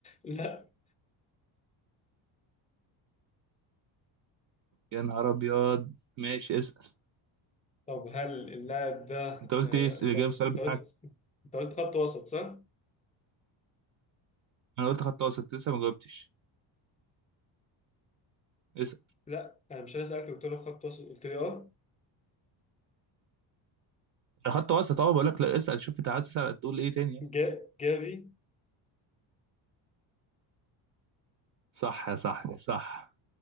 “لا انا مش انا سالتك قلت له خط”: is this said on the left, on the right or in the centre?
Left